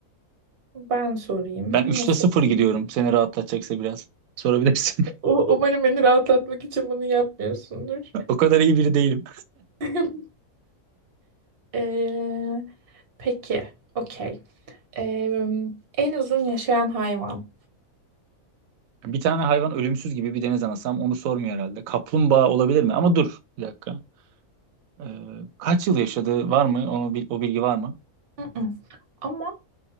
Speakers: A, on the right; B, on the right.
A: Ben sorayım.
B: Ben üçte
A: Ne sorayım?
B: sıfır gidiyorum. Seni rahatlatacaksa biraz. Sorabilirsin. <laughs>
A: U- Umarım beni rahatlatmak için bunu yapmıyorsundur.
B: O kadar iyi biri değilim.
A: <laughs> Ee, peki. Okey. Ee, en uzun yaşayan hayvan.
B: Bir tane hayvan ölümsüz gibi bir deniz anası onu sormuyor herhalde. Kaplumbağa olabilir mi? Ama dur bir dakika. Ee, kaç yıl yaşadığı var mı? Onu, bil- o bilgi var mı?
A: Mm-mm. Ama